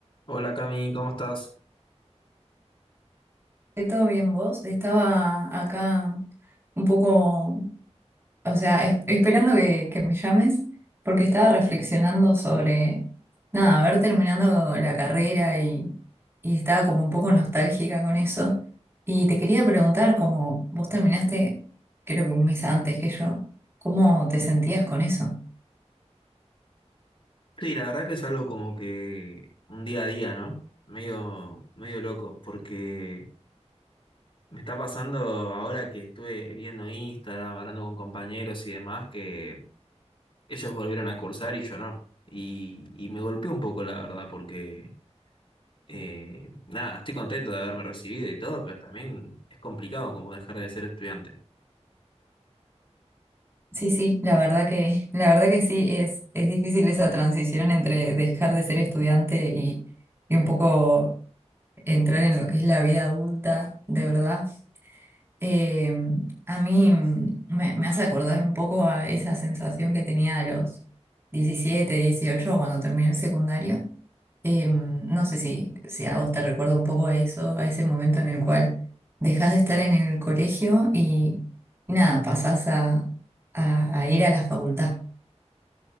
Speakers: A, on the left (about 50°); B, on the right (about 20°).
A: Hola Cami, ¿cómo estás?
B: ¿Todo bien vos? Estaba acá un poco, o sea, es- esperando que, que me llames porque estaba reflexionando sobre, nada, haber terminado la carrera y, y estaba como un poco nostálgica con eso. Y te quería preguntar, como vos terminaste, creo que un mes antes que yo, ¿cómo te sentías con eso?
A: Sí, la verdad que es algo como que un día a día, ¿no? Medio, medio loco, porque me está pasando ahora que estuve viendo Instagram, hablando con compañeros y demás, que ellos volvieron a cursar y yo no. Y, y me golpeó un poco, la verdad, porque eh, nada, estoy contento de haberme recibido y todo, pero también es complicado como dejar de ser estudiante.
B: Sí, sí, la verdad que, la verdad que sí, es, es difícil esa transición entre dejar de ser estudiante y, y un poco entrar en lo que es la vida adulta, de verdad, eh, a mí mm, me, me hace acordar un poco a esa sensación que tenía a los 17, 18 cuando terminé el secundario. Eh, no sé si, si a vos te recuerda un poco a eso, a ese momento en el cual dejás de estar en el colegio y, y nada, pasás a, a a ir a la facultad.